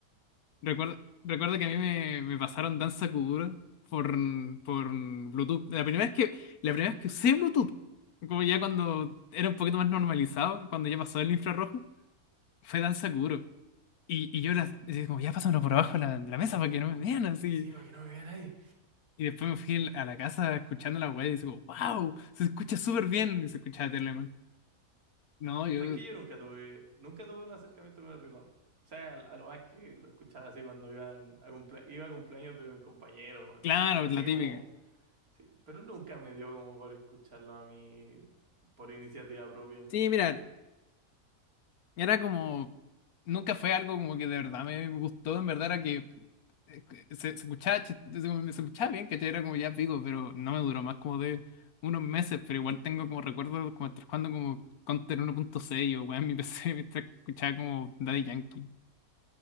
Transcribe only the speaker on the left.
Recuerdo, recuerdo que a mí me, me pasaron Danza Kuduro por, por Bluetooth. La primera vez que, la primera vez que usé Bluetooth, como ya cuando era un poquito más normalizado, cuando ya pasó el infrarrojo, fue Danza Kuduro. Y, y yo las, decía como, ya pásamelo por abajo de la, de la mesa para que no me vean así.
Y después me fui a la casa escuchando la web y digo, wow, se escucha súper bien. Y se escuchaba Telemann. No, yo,
claro,
la
típica.
Sí, mira, Era como, nunca fue algo como que de verdad me gustó, en verdad era que eh, se, se escuchaba, chis- se, se escuchaba bien, ¿cachai? Era como ya pico, pero no me duró más como de unos meses, pero igual tengo como recuerdos como estar jugando como Counter 1.6 o weá en mi <laughs> PC mientras escuchaba como Daddy Yankee.